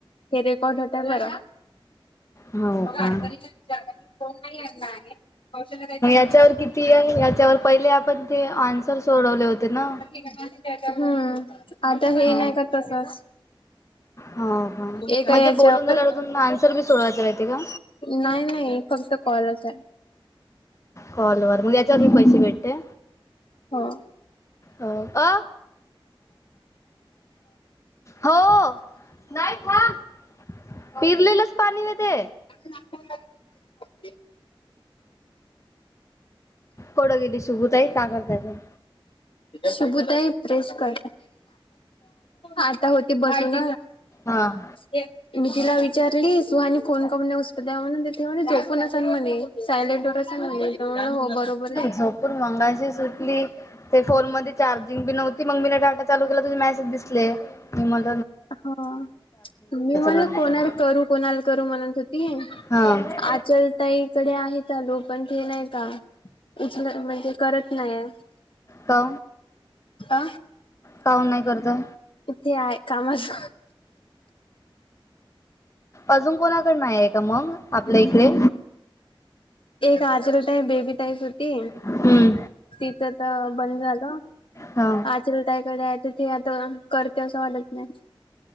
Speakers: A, on the left; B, on the left.
A: हे रेकॉर्ड होत बरं
B: हो
A: मघ
B: का
A: अडणीचा विचार मी फोन नाही आणला आहे कौशल त्याच्या
B: त्याच्यावर किती आहे याच्यावर पहिले आपण ते आन्सर सोडवले होते ना
A: हम्म आता हे
B: हा
A: नाही तर तसच
B: हो का
A: एका
B: म्हणजे
A: याच्यावर
B: बोलून झाल्यावर अजून आन्सर बी सोडवायचं राहते का
A: नाही नाही फक्त कॉलच आहे
B: कॉलवरर मग याच्यावर भी पैसे भेटते
A: हा
B: हो अ हो नाही कोन पिरलेलंच पाणी ग ते
A: नाक काय बसली
B: कोइं गेली शोबू ताई पागल काय झाली
A: शकू ताई प्रेस कर आता होती बसुन
B: हा
A: इवतीला विचारलीस सुहानी फोन काऊन उचलते का म्हणुन तेव जोपून असाल म्हणे सायलेंट र असेल म्हणे हो बरोबरच
B: झोपूर मंगाशी सुटली ते फोन मध्ये चार्जिंग बी नव्हती मग मी डाटा चालू केला तुझे मेसेज दिसले मी म्हण
A: हा मी म्हणल
B: नंतर
A: कोणाला करू कोणाला करू म्हणत होती
B: हां
A: आचल ताईकडे आहे चालू पण ते नाही का उचल म्हणजे करत नाहीे
B: का
A: आ
B: काऊन नाही करतय
A: इ तेय कामस
B: अजुन कोणाकडनं नाही आहे का मग आपल्या इकडे
A: एक अचल ताई बेबी ताई ते
B: हम्म
A: तिथं तर बंद झालं
B: हा
A: आ ताईकडे आहे तिथे आता करते असं वाटत नाही